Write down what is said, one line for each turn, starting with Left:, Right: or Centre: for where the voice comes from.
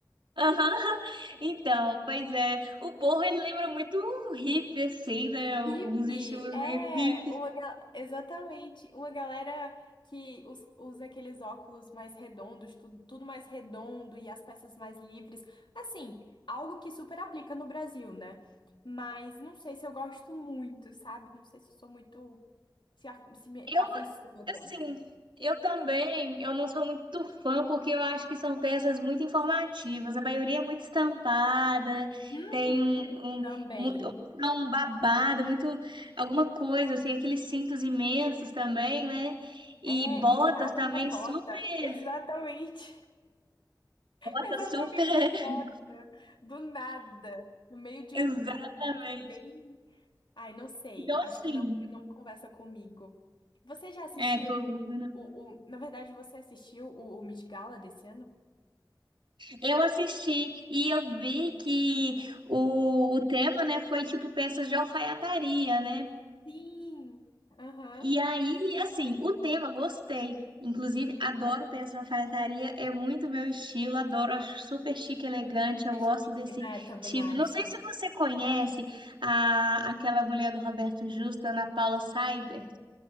Right: Aham, <laughs> Então, pois é, o Borro ele lembra muito o hip, assim, né? uns
Left: Hippie
Right: estilos
Left: é
Right: meio hip.
Left: uma ga- exatamente uma galera que us- usa aqueles óculos mais redondos, tudo, tudo mais redondo e as peças mais livres. Assim, algo que super aplica no Brasil, né? Mas não sei se eu gosto muito, sabe? Não sei se eu sou muito se, a- se me
Right: Eu,
Left: afeiçoa
Right: assim,
Left: tanto.
Right: eu também, eu não sou muito fã, porque eu acho que são peças muito informativas. A maioria é muito estampada,
Left: Uhum,
Right: tem um, um,
Left: também.
Right: mu- é um babado, muito, alguma coisa, assim, aqueles cintos imensos também, né? E
Left: É,
Right: botas
Left: e do nada
Right: também,
Left: uma bota.
Right: super,
Left: Exatamente.
Right: botas
Left: Exatamente,
Right: super, <laughs>
Left: uma bota, do nada, no meio de
Right: exatamente.
Left: um, de um look assim, bem. Ai, não sei,
Right: Então, assim.
Left: acho que não, não conversa comigo. Você já assistiu
Right: É, comigo não.
Left: o, o- Na verdade, você assistiu o, o Met Gala desse ano?
Right: Eu assisti e eu vi que o, o tema, né, foi tipo peças de alfaiataria, né?
Left: Sim! Aham.
Right: E aí, assim, o tema, gostei. Inclusive, adoro peças de alfaiataria, é muito meu estilo, adoro, acho super chique, elegante, eu
Left: É
Right: gosto
Left: chique,
Right: desse
Left: né? Também
Right: tipo.
Left: acho.
Right: Não sei se você conhece a, aquela mulher do Roberto Justo, Ana Paula Seibert.